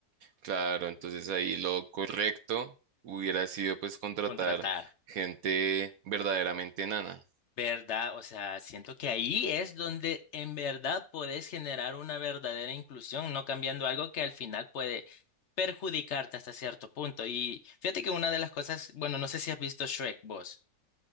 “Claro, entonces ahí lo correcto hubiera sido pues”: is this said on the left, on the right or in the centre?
Right